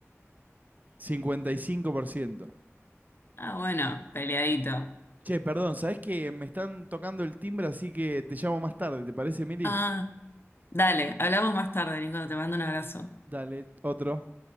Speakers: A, on the right (about 35°); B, on the left (about 50°).
A: cincuenta y cinco por ciento
B: Ah, bueno, peleadito.
A: Che, perdón, ¿sabés que me están tocando el timbre, así que te llamo más tarde, ¿te parece, Mili?
B: Ah, dale, hablamos más tarde, Nico, te mando un abrazo.
A: Dale, otro.